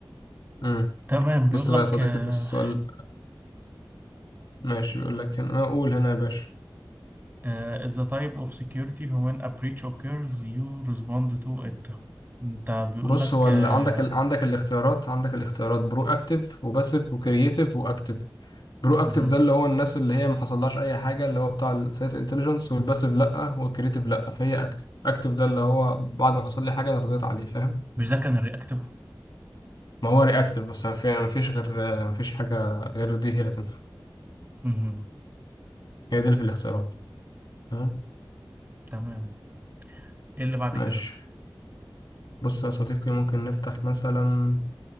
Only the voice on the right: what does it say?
تمام بيقول
لك
آه،
آه، is the type of security when a breach occurs you respond to it انت بيقول
لك
آه،
مهم.
مش ده كان الرياكتيف
مهم.
تمام ايه اللي بعد
كده